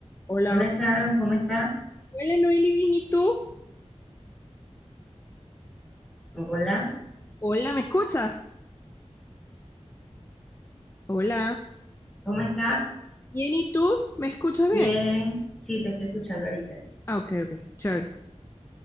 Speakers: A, on the left (about 20°); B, in the centre.
A: Hola,
B: Hola Charo, ¿cómo estás?
A: hola Noeli, bien, ¿y tú?
B: Hola,
A: Hola, ¿me escuchas? Hola,
B: ¿cómo estás?
A: bien, ¿y tú? ¿Me escuchas
B: Bien,
A: bien?
B: sí, te estoy escuchando ahorita.
A: Ah, ok, ok, chévere.